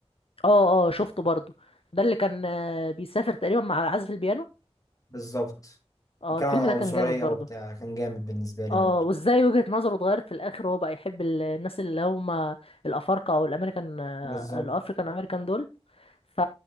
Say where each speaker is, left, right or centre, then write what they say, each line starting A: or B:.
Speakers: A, on the left (about 60°); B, on the left (about 30°).
A: اه آه، شفته برضو ده اللي كان آه، بيسافر تقريبا مع عازف البيانو
B: بالظبط
A: اه
B: بيتكلم
A: الفيلم
B: عن العنصريه
A: ده كان جامد برضو
B: وبتاع كان جامد بالنسبه لي
A: اه
B: برضه
A: وازاي وجهة نظره اتغيرت في الآخر وهو بقى يحب ال- الناس اللي هم الأفارقة أو الأمريكان آه،
B: بالظبط
A: الأفريكان أمريكان دول ف